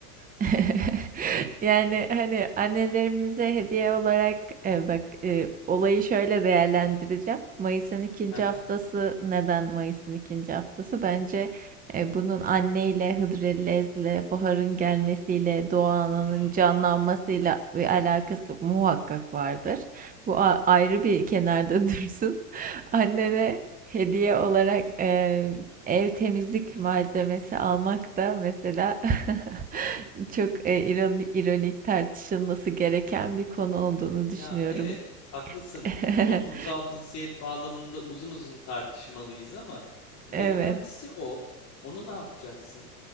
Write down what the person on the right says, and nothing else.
<laughs> Yani hani annelerimize hediye olarak e, bak e, olayı şöyle değerlendireceğim. Mayıs'ın ikinci
haftası
neden Mayıs'ın ikinci haftası? Bence e, bunun anneyle, Hıdrellez'le, baharın gelmesiyle, doğanın
canlanmasıyla bir alakası muhakkak vardır. Bu a- ayrı bir kenarda <laughs> dursun. Annene
hediye olarak e, Ev temizlik malzemesi almak da mesela <laughs> çok e, ironi- ironik, tartışılması gereken bir konu olduğunu
düşünüyorum.
<laughs>
Evet.